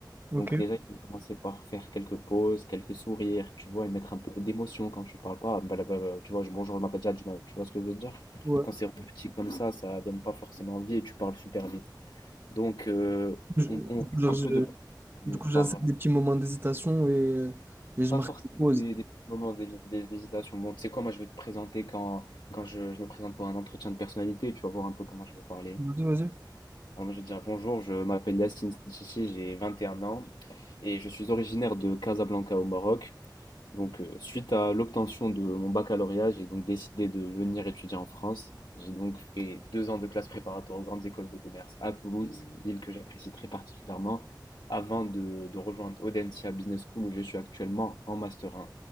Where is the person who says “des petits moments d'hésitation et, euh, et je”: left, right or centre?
Right